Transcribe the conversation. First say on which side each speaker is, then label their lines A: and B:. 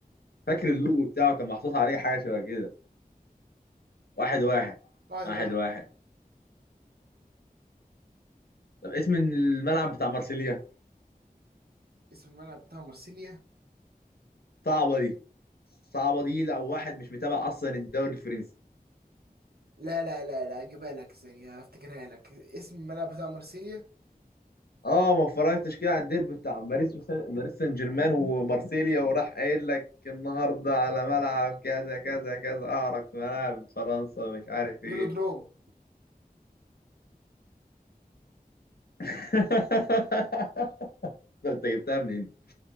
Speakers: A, on the left (about 80°); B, on the right (about 80°).
A: فاكر اللوجو بتاعه كان محطوط عليه حاجه شبه كده واحد واحد
B: واحد
A: واحد
B: واحد
A: واحد طب اسم الملعب بتاع مارسيليا
B: اسم الملعب بتاع مرسيليا
A: صعبه دي صعبه دي لو واحد مش متابع اصلا الدوري الفرنسي
B: لا لا لا لا اجيبها لك ثانية افتكرها لك اسم الملعب بتاع مرسيليا
A: اه ما اتفرجتش كده على الديربي بتاع باريس وسان- باريس سان جيرمان ومارسيليا وراح قايل لك النهارده على ملعب كذا كذا كذا اعرق ملاعب فرنسا مش عارف ايه
B: فيلودروم
A: <laughs> طب انت جبتها منين